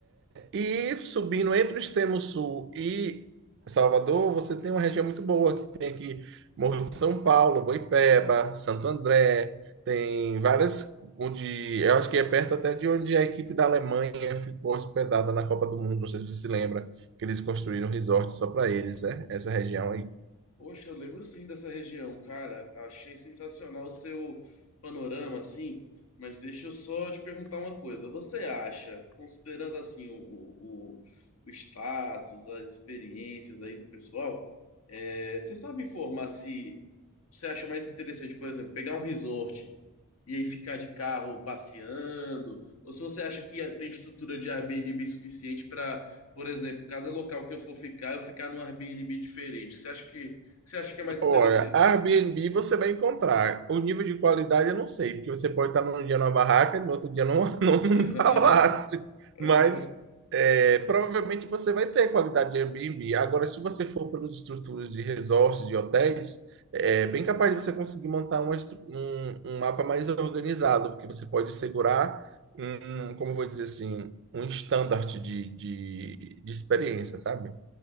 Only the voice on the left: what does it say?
Poxa, eu lembro sim dessa região, cara. Achei sensacional o seu panorama, assim. Mas deixa eu só te perguntar uma coisa. Você acha, considerando assim o, o, o- o status, as experiências aí do pessoal, é, você sabe informar se você acha mais interessante, por exemplo, pegar um resort e aí ficar de carro passeando? Ou se você acha que tem estrutura de Airbnb suficiente para, por exemplo, cada local que eu for ficar, eu ficar num Airbnb diferente? Você acha que que você acha que é mais
interessante?
<laughs>
Ah,